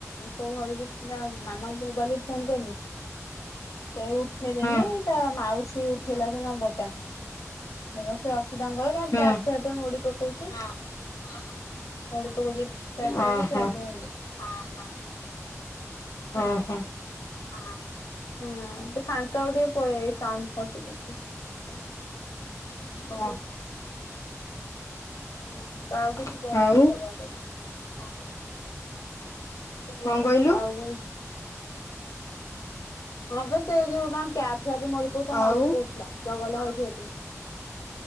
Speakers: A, on the left (about 80°); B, on the left (about 65°).
A: କୋଉ ଘଲ ମାମା ମୋବାଇଲ୍ ଫୋନ କଲି। ସେ ଉଠେଇଦେନି
B: ହଁ
A: ଏ ତା ମାଉସୀ ଉଠେଇଲା ସେ ନମ୍ବର ଟା। ଦେଖ ସେ ଅଛି ତାଙ୍କର କାହିଁପପ
B: ହଁ
A: ମୁୋଡି ପକଉଛି <unintelligible> ନଳିପକ ଯପ
B: ଓହୋ
A: ହେବ ସେ କ <unintelligible>
B: ଓ ହୋ <unintelligible>
A: ହଁ ଫାଙ୍କା ଆ ଟିକେ ପଳେଇ ଏଇ ସା <unintelligible> କସୁଛି <unintelligible>
B: ହଁ।
A: ହ କ ଆଉକୁଛି କନି
B: ଆଉ
A: ଯବା ପାଇଁ <unintelligible>
B: କଣ କହିଲୁ?
A: ଆଉ ହଁ ସେ ଯୋଉ ଟାପ୍ ଫାପ୍ ମୋଡ଼ି ଦଉଥିଲା ମାଉସୀ
B: ଆଉ
A: କହୁଥିଲା ଜଗଲ ହଉଛି ସେଇଠି।